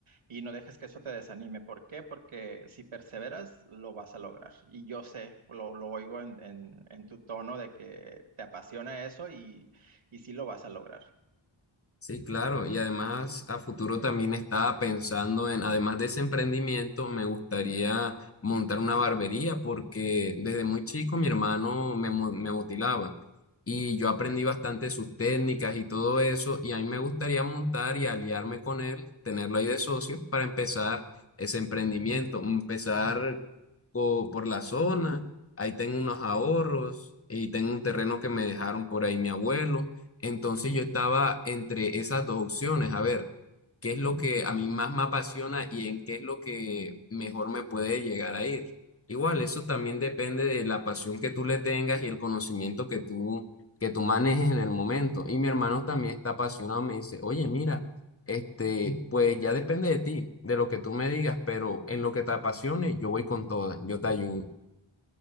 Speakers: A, on the right; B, on the left.
A: y no dejes que eso te desanime. ¿Por qué? Porque si perseveras, lo vas a lograr. Y yo sé, lo, lo oigo en, en- en tu tono de que te apasiona eso y, y sí lo vas a lograr.
B: Sí, claro, y además a futuro también estaba pensando en, además de ese emprendimiento, me gustaría montar una barbería porque desde muy chico mi hermano me, mo- me motilaba y yo aprendí bastante sus técnicas y todo eso y a mí me gustaría montar y aliarme con él, tenerlo ahí de socio para empezar ese emprendimiento, empezar po- por la zona, ahí tengo unos ahorros y tengo un terreno que me dejaron por ahí mi abuelo. Entonces yo estaba entre esas dos opciones, a ver, qué es lo que a mí más me apasiona y en qué es lo que mejor me puede llegar a ir. Igual, eso también depende de la pasión que tú le tengas y el conocimiento que tú, que tú manejes en el momento. Y mi hermano también está apasionado, me dice, oye, mira, este, pues ya depende de ti, de lo que tú me digas, pero en lo que te apasione, yo voy con todas, yo te ayudo.